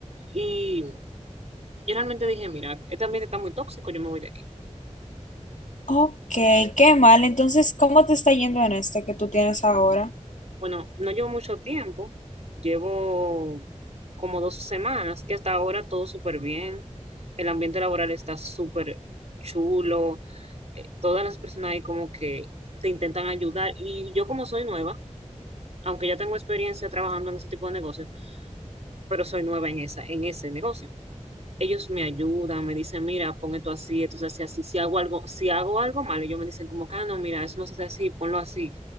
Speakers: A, on the right; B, on the left.
A: Y yo realmente dije, mira, este ambiente está muy tóxico, yo me voy de aquí.
B: Ok, qué mal. Entonces, ¿cómo te está yendo en este que tú tienes ahora?
A: Bueno, no llevo mucho tiempo, llevo como dos semanas y hasta ahora todo súper bien. El ambiente laboral está súper chulo, eh, todas las personas ahí como que te intentan ayudar y yo como soy nueva, aunque ya tengo experiencia trabajando en ese tipo de negocios, pero soy nueva en esa, en ese negocio. Ellos me ayudan, me dicen, mira, pon esto así, esto se hace así, si hago algo, si hago algo mal, ellos me dicen como que, ah, no, mira, eso no se hace así, ponlo así.